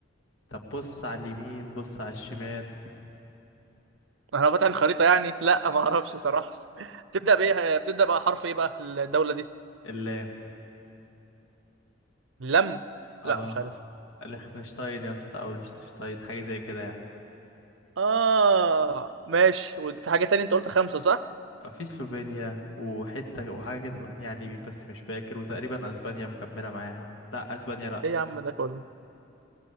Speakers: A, on the left; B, on the right.
A: طب بص على اليمين بص على الشمال
B: انا فاتح الخريطة يعني لا ما اعرفش صراحة <laughs> بتبدأ بايه بتبدأ بقى حرف ايه بقى الدولة دي
A: <laughs> اللام.
B: لم
A: اه
B: لا مش عارف
A: ليخنشتاين يا اسطى او ليشتنشتاين حاجه زي كده يعني
B: اه ماشي وفي حاجة تانية انت قلت خمسة صح؟
A: في سلوفينيا وحته وحاجه كده تانية على اليمين بس مش فاكر وتقريبا اسبانيا مكمله معاها لا اسبانيا لا
B: ايه يا عم ده كله